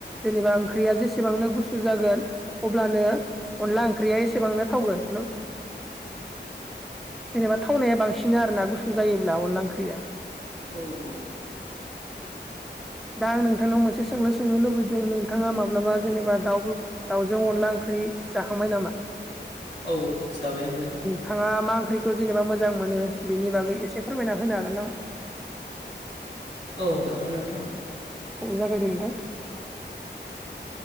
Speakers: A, in the centre; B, on the left.
A: जेनेबा ओंख्रिया जेसेबांनो गुसु जागोन अब्लानो अनला ओंख्रिया एसेबांनो थावगोन न। जेनेबा थावनाया बांसिन आरो ना गुसु जायोब्ला अनला ओंख्रिया।
B: औ औ।
A: दा आं नोंथांनाव मोनसे सोंलु सोंनो लुबैदों नोंथाङा माब्लाबा जेनेबा दाउ दाउजों अनला ओंख्रि जाखांबाय नामा?
B: औ जाबाय नोंथां।
A: थाङा मा ओंख्रिखौ जेनेबा मोजां मोनो बिनि बागै एसे फोरमायना होनो हागोन नामा
B: औ हागोन नोंथां
A: अ जागायदो नोंथां